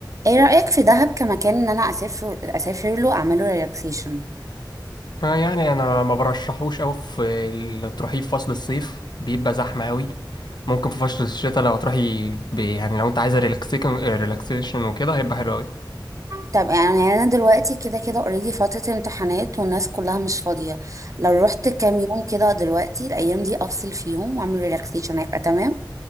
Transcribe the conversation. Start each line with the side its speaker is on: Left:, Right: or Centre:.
Right: ايه رأيك في دهب كمكان ان انا اسافر اسافر له اعمله ريلاكسيشن
Left: آه يعني انا ما برشحوش قوي في ال- تروحيه في فصل الصيف بيبقى زحمه قوي ممكن في فصل الشتاء لو تروحي ب- يعني لو انت عايزه ريلاكسيشن ريلاكسيشن وكده هيبقى حلو قوي
Right: طب يعني يعني انا دلوقتي كده كده اوريدي فترة امتحانات والناس كلها مش فاضية لو رحت كام يوم كده دلوقتي الايام دي افصل فيهم واعمل ريلاكسيشن هيبقى تمام